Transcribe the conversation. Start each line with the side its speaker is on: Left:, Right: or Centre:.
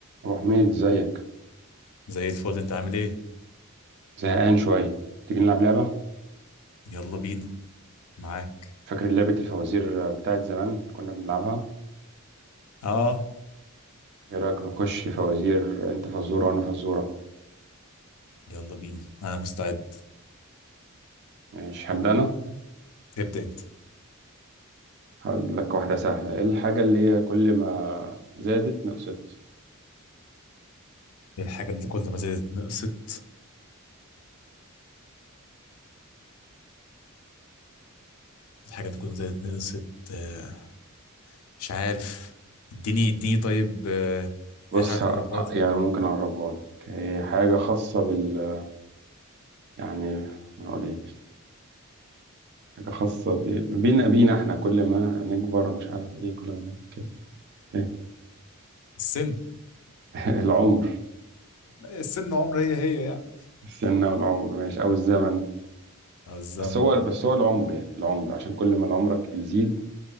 Right: أبو حميد ازيك
Left: زي الفل انت عامل ايه
Right: زهقان شوية تيجي نلعب لعبة
Left: يلا بينا معاك
Right: فاكر لعبة الفوازير بتاعت زمان اللي كنا بنلعبها
Left: اه
Right: ايه رأيك نخش فوازير انت فزورة وانا فزورة
Left: يلا بينا انا مستعد
Right: ماشي هبدأ انا
Left: ابدأ انت
Right: هقول لك واحدة سهلة ايه الحاجة اللي هي كل ما زادت نقصت
Left: إيه الحاجة اللي كل ما زادت نقصت الحاجة اللي كل ما زادت نقصت آه. مش عارف اديني اديني طيب آه.
Right: بص
Left: اي حاجة تقربها
Right: ه-
Left: لي
Right: يعني ممكن أقربها لك هي حاجة خاصة بال يعني نقول ايه حاجة خاصة ب- بينا بينا احنا كل ما نكبر مش عارف ايه كل ما نعمل كده ايه
Left: السن
Right: <laughs> العمر
Left: السن عمر هي هي يعني
Right: السن والعمر ماشي أو الزمن
Left: اه الزمن
Right: بس هو بس هو العمر يعني العمر عشان كل ما العمرك بيزيد